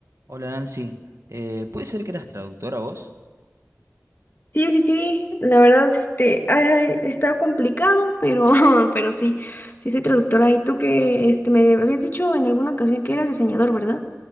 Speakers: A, on the right (about 75°); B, on the left (about 40°).
A: Hola Nancy, Eh, ¿puede ser que eras traductora vos?
B: Sí, sí, sí, la verdad, este, ay, está complicado, pero, <laughs> pero sí, sí soy traductora. Y tú que, este, me habías dicho en alguna ocasión que eras diseñador, ¿verdad?